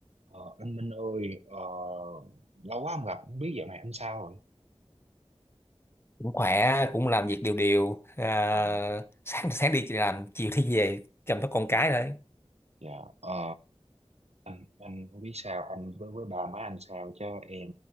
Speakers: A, on the right; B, on the left.
A: Ờ, anh Minh ơi, ờ, lâu quá không gặp, không biết dạo này anh sao rồi?
B: cũng khỏe cũng làm việc đều đều à,
A: Ờ,
B: sáng sáng đi làm chiều đi về chăm sóc con
A: dạ,
B: cái thôi
A: dạ, ờ, anh, anh không biết sao, anh với với ba má anh sao chứ em